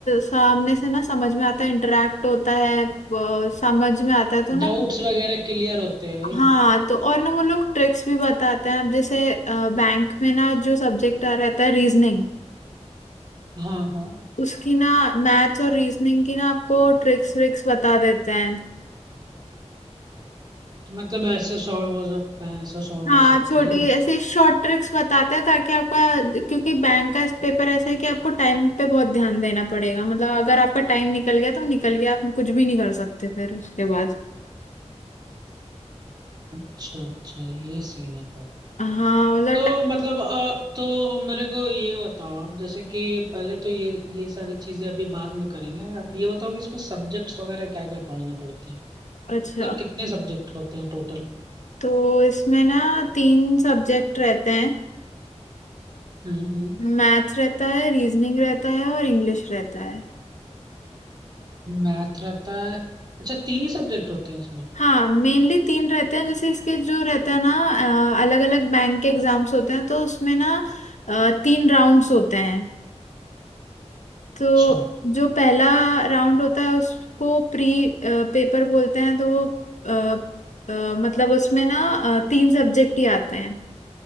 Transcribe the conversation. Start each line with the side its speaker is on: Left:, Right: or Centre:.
Left: सामने से ना समझ में आता है इंटरेक्ट होता है अ, समझ में आता है तो ना
Right: डाउट्स वगैरह क्लियर होते हैं
Left: हाँ तो और ना वो लोग ट्रिक्स भी बताते हैं अब जैसे बैंक में ना जो सब्जेक्ट आ रहता है रीजनिंग
Right: हाँ हाँ
Left: उसकी ना मैथ्स और रीजनिंग की ना आपको ट्रिक्स व्रिक्स बता देते हैं
Right: कि मतलब ऐसे सॉल्व हो सकता है ऐसा सॉल्व
Left: हाँ
Right: हो सकता
Left: छोटी
Right: है
Left: ऐसी शॉर्ट ट्रिक्स बताते हैं ताकि आपका क्योंकि बैंक का पेपर ऐसा है कि आपको टाइम पे बहुत ध्यान देना पड़ेगा मतलब अगर आपका टाइम निकल गया तो निकल गया आप कुछ भी नहीं कर सकते फिर उसके बाद
Right: अच्छा अच्छा ये सीन है फिर
Left: हाँ मतलब
Right: तो
Left: टा-
Right: मतलब अ, तो मेरे को ये बताओ आप जैसे कि पहले तो ये ये सारी चीजें अभी बाद में करेंगे आप ये बताओ कि इसमें सब्जेक्ट्स वगैरह क्या क्या पढ़ने पड़ते हैं
Left: अच्छा
Right: मतलब कितने सब्जेक्ट होते हैं टोटल
Left: तो इसमें ना तीन सब्जेक्ट रहते हैं
Right: हम्म हम्म
Left: मैथ्स रहता है रीजनिंग रहता है और इंग्लिश रहता है
Right: मैथ रहता है अच्छा तीन ही सब्जेक्ट होते हैं इसमें
Left: हाँ मेनली तीन रहते हैं जैसे इसके जो रहता है ना अलग अलग बैंक के एग्जाम्स होते हैं तो उसमें ना अ, तीन राउंड्स होते हैं तो
Right: अच्छा
Left: जो पहला राउंड होता है उसको प्री पेपर बोलते हैं तो वो अ, अ, मतलब उसमें ना अ, तीन सब्जेक्ट ही आते हैं